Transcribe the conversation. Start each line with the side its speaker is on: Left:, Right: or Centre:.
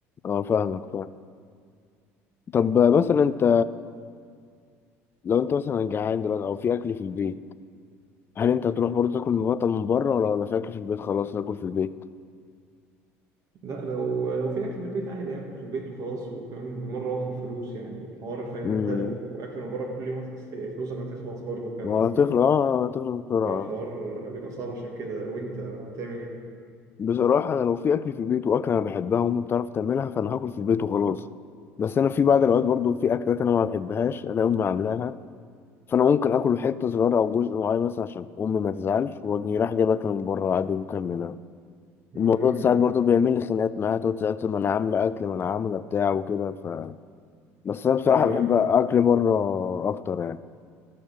Left: أه فاهمك فاهم طب مثلا أنت لو أنت مثلا جعان دلوقتي أو في أكل في البيت هل أنت هتروح برضه تاكل من بره من بره ولا ولا في أكل في البيت خلاص تاكل في البيت؟
Right: لا لو لو في اكل في البيت عادي اكل في البيت وخلاص وفاهم بالمره اوفر فلوس يعني الحوار فاهم
Left: امم
Right: انت لو اكل من بره كل يوم هتحس فلوسك هتخلص برضه فاهم
Left: ما
Right: قصدي
Left: هتخلص أه هتخلص بسرعة
Right: فالحوار بيبقى صعب عشان كده وانت هتعمل ايه
Left: بصراحة أنا لو في أكل في البيت وأكلة أنا بحبها وأمي بتعرف تعملها فأنا هاكل في البيت وخلاص بس أنا في بعض الأوقات برضو في أكلات أنا ما بحبهاش أنا أمي عاملاها فأنا ممكن آكل حتة صغيرة أو جزء معين مثلا عشان أمي ما تزعلش وأجي رايح جايب أكل من بره عادي ومكملها
Right: امم
Left: الموضوع ده ساعات برضو بيعمل لي خناقات معاها تقعد تسأل ما أنا عاملة أكل ما أنا عاملة بتاع وكده ف... بس أنا بصراحة
Right: ايوه
Left: بحب
Right: ايوه
Left: أكل بره أكتر يعني